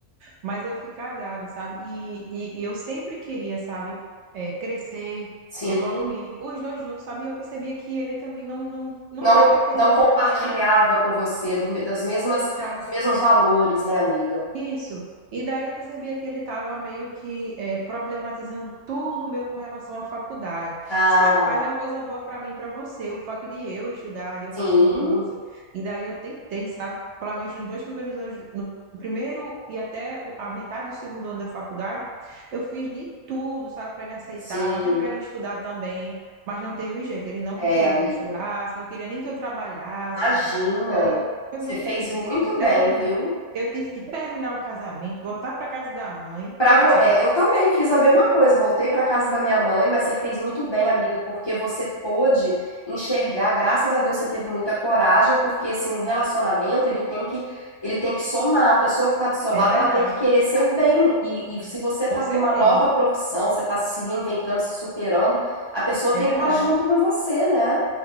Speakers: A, on the right (about 65°); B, on the left (about 30°).
A: mas eu fui casada, sabe? E, e, e eu sempre queria, sabe, é, crescer,
B: Sim,
A: evoluir, os dois juntos, sabe? E eu percebia que ele também não não não
B: não
A: estava querendo
B: não
A: acompanhar,
B: compartilhava com você do, me- das mesmas,
A: sabe?
B: dos mesmos valores, né, amiga?
A: Isso. E daí eu percebia que ele estava meio que eh, problematizando tudo meu com relação à faculdade.
B: Ah,
A: Disse, mas, rapaz, é uma coisa boa para mim e para você, o fato de eu estudar, de eu
B: sim,
A: fazer um curso. E daí eu tentei, sabe? Pelo menos nos dois primeiros anos, no primeiro e até o- a metade do segundo ano da faculdade, eu fiz de tudo, sabe? Para ele aceitar,
B: sim.
A: até para ele estudar também. Mas não teve jeito. Ele não
B: É,
A: queria
B: amiga.
A: que eu estudasse, não queria nem que eu trabalhasse.
B: Imagina.
A: E aí foi
B: Você
A: muito
B: fez
A: difícil.
B: muito
A: Eu tive que terminar.
B: bem, viu?
A: Eu tive que terminar o casamento, voltar para casa da mãe,
B: Pra vo...
A: sabe?
B: é, eu também fiz a mesma coisa. Voltei para casa da minha mãe, mas você fez muito bem, amiga, porque você pôde enxergar. Graças a Deus você teve muita coragem, porque assim, o relacionamento, ele tem que ele tem que somar. A pessoa que está do seu lado,
A: É verdade,
B: ela tem que querer seu bem. E, e se você está
A: com certeza.
B: numa nova profissão, você está se reinventando, se superando, a pessoa
A: É
B: tem
A: verdade,
B: que estar junto com você, né?